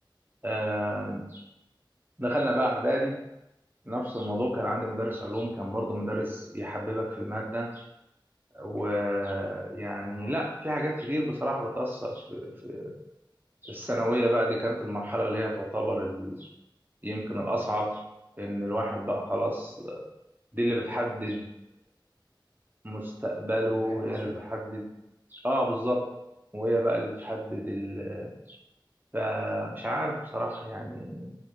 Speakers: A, on the right; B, on the right.
A: آه، دخلنا بقى اعدادي نفس الموضوع كان عندي مدرس علوم كان برضو مدرس يحببك في المادة ويعني
B: اها
A: لا في حاجات كتير بصراحة بتأثر في, في الثانوية بقى دي كانت المرحلة اللي هي تعتبر ال... يمكن الأصعب إن الواحد بقى خلاص دي اللي بتحدد مستقبله
B: بداية
A: هي
B: مصيرك
A: اللي بتحدد اه بالظبط وهي بقى اللي بتحدد ال... فمش عارف بصراحة يعني